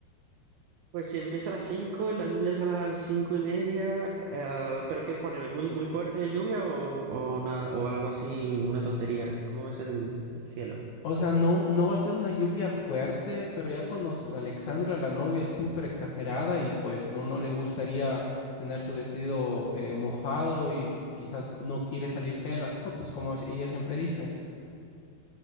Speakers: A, on the right; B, on the left.
A: Pues si empieza a las 5, la lluvia es a las cinco y media. eh, ¿pero qué pone? ¿Muy, muy fuerte lluvia o, o, nada- o algo así, una tontería? ¿Cómo ves el, el cielo?
B: O sea, no, no va a ser una lluvia fuerte, pero ya conoces, Alexandra, la novia, es súper exagerada y pues no, no le gustaría tener su vestido eh, mojado y quizás no quiere salir fea en las fotos, como es- ella siempre dice.